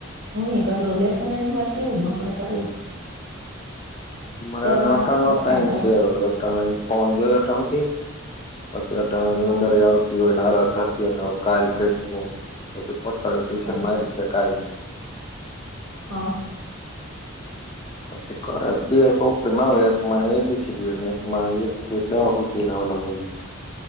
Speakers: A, on the right; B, on the left.
A: હું એ કરલો લેસન એ વાર કેવ જ નપડે કર લ
B: અરા નવટાણ
A: માં
B: નો
A: વખાણતા
B: ટાઈમ છે
A: હોય
B: હવે અટાણ ફોન જોય અટતી પછી અટા ની
A: હા
B: અંદર આવતી હોય ને આત હતી હોયને કાલ કઈું પછી પોતા ટી
A: હા
B: શરટ મારી છે કાલ
A: હા
B: પછી ખરા બે સોપરીમાં આવે એકમાં એ બીસીીડુ ને એકમાં એક થી દ લી નાવા લ